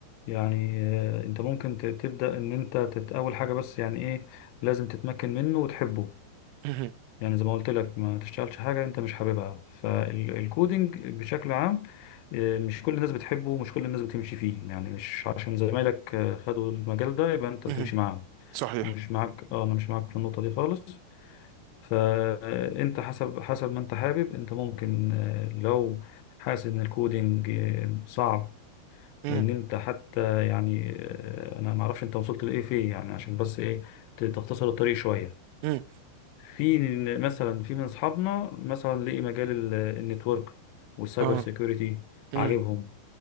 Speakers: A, on the left (about 85°); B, on the right (about 90°).
A: يعني آه، انت ممكن ت- تبدأ ان انت تت- اول حاجة بس يعني ايه لازم تتمكن منه وتحبه
B: مهم،
A: يعني زي ما قلت لك ما تشتغلش حاجة انت مش حاببها فالكودينج بشكل عام آه، مش كل الناس بتحبه ومش كل الناس بتمشي فيه يعني مش عشان زمايلك آه، خدوا المجال ده يبقى انت تمشي
B: مهم.
A: معاهم
B: صحيح
A: مش معاك اه انا مش معاك في النقطة دي خالص فانت حسب حسب ما انت حابب انت ممكن آه، لو حاسس ان الكودينج آه، صعب
B: مم،
A: وان انت حتى يعني آه، انا ما اعرفش انت وصلت لايه فيه يعني عشان بس ايه ت- تختصر الطريق شوية
B: مم.
A: في مثلا في من اصحابنا مثلا لقي مجال ال- النتورك والسايبر
B: آه
A: سيكيورتي
B: مم.
A: عاجبهم